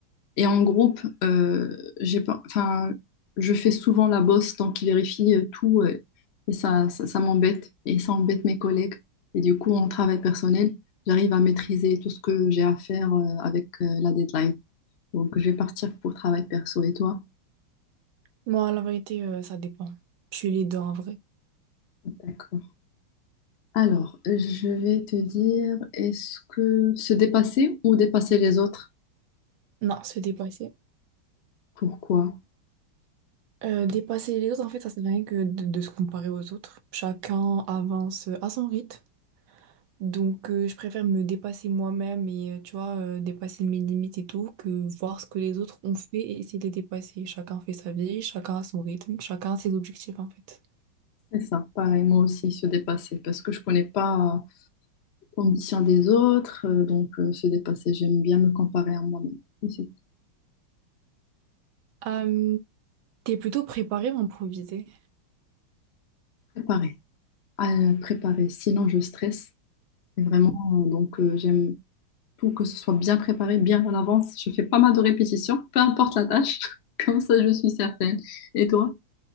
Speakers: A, on the left; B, on the right.
A: Et en groupe, euh, j'ai pas, enfin, je fais souvent la bosse, donc ils vérifient euh, tout euh, et ça, ça, ça m'embête et ça embête mes collègues. Et du coup, en travail personnel, j'arrive à maîtriser tout ce que j'ai à faire euh, avec euh, la deadline. Donc, je vais partir pour travail perso. Et toi?
B: Moi, la vérité, euh, ça dépend. Je suis les deux en vrai.
A: D'accord. Alors, je vais te dire, est-ce que se dépasser ou dépasser les autres?
B: Non, se dépasser.
A: Pourquoi?
B: Euh, dépasser les autres, en fait, ça sert à rien que de, de se comparer aux autres. Chacun avance euh, à son rythme. Donc, euh, je préfère me dépasser moi-même et, euh, tu vois, euh, dépasser mes limites et tout, que voir ce que les autres ont fait et essayer de les dépasser. Chacun fait sa vie, chacun a son rythme, chacun a ses objectifs, en fait.
A: C'est ça, pareil, moi aussi, se dépasser, parce que je connais pas. ambition des autres. euh, donc, euh, se dépasser, j'aime bien me comparer à moi-même. Mais C'est
B: Euh, t'es plutôt préparé ou improvisé?
A: préparer, à euh, préparer. Sinon, je stresse. Et vraiment, euh, donc, euh, j'aime tout que ce soit bien préparé, bien à l'avance. Je fais pas mal de répétitions, peu importe la tâche. <laughs> Comme ça, je suis certaine. Et toi?